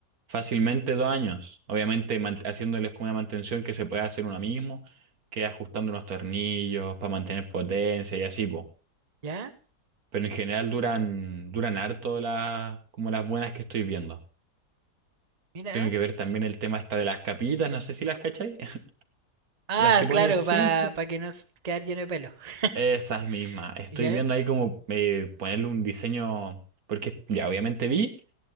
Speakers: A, on the right; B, on the right.
A: fácilmente dos años. Obviamente man- haciéndoles como una mantención que se puede hacer uno mismo, que ajustando unos tornillos para mantener potencia y así, po.
B: ¿Ya?
A: Pero en general duran, duran harto las, como las buenas que estoy viendo.
B: Mira.
A: Tengo que ver también el tema esta de las capitas, no sé si las cachai. <laughs>
B: Ah,
A: Las que ponen
B: claro,
A: siempre.
B: para que no s- quedar lleno de pelo. <laughs>
A: Esas mismas. Estoy
B: ¿Ya?
A: viendo ahí como eh, ponerle un diseño, porque ya obviamente vi,